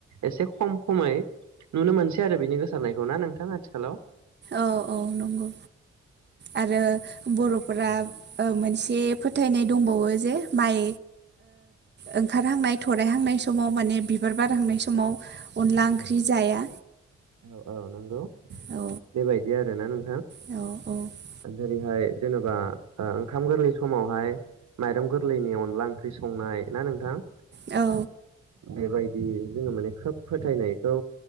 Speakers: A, on the right (about 70°); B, on the right (about 35°).
A: एसे खम खमै नुनो मोनसै आरो बिनि गोसारनायखौ ना नोंथां आथिखालाव
B: औ औ नंगौ आरो बर'फोरा
A: औ
B: मोनसे फोथायनाय दंबावो जे माइ ओंखारहांनाय थरायहांनाय समाव माने बिबार बारहांनाय समाव अनला ओंख्रि
A: औ
B: जाया
A: औ औ नंगौ
B: औ
A: बेबायदि आरोना नों
B: औ औ
A: जेरैहाय जेनेबा ओंखाम गोरलै समावहाय माइरं गोरलैनि अनला ओंख्रि संनाय ना नोंथां।
B: औ
A: बेबायदि जोङो माने खोब फोथायनायखौ